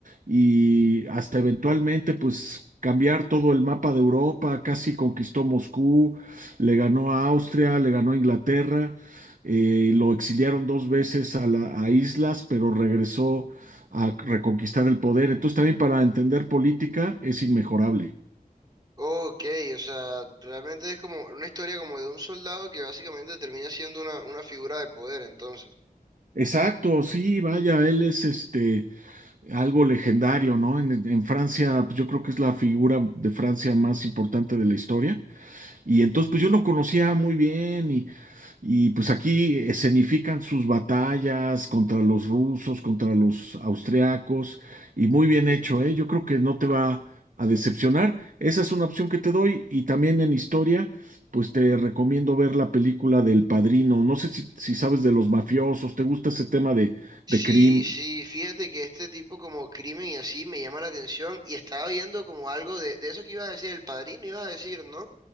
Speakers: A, on the right; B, on the right.
A: y hasta eventualmente, pues cambiar todo el mapa de Europa, casi conquistó Moscú, le ganó a Austria, le ganó a Inglaterra, eh, lo exiliaron dos veces a la- a islas, pero regresó a reconquistar el poder. Entonces también para entender política es inmejorable.
B: Ok, o sea, realmente es como una historia como de un soldado que básicamente termina siendo una, una figura de poder, entonces.
A: Exacto, sí, vaya, él es este algo legendario, ¿no? En, en Francia, pues, yo creo que es la figura de Francia más importante de la historia. Y entonces, pues yo lo conocía muy bien y Y pues aquí escenifican sus batallas contra los rusos, contra los austriacos, y muy bien hecho, ¿eh? Yo creo que no te va a decepcionar. Esa es una opción que te doy. Y también en historia, pues te recomiendo ver la película del Padrino. No sé si, si sabes de los mafiosos, ¿te gusta ese tema de, de
B: Sí,
A: crimen?
B: sí, fíjate que este tipo como crimen y así me llama la atención y estaba viendo como algo de, de eso que ibas a decir, el padrino ibas a decir, ¿no?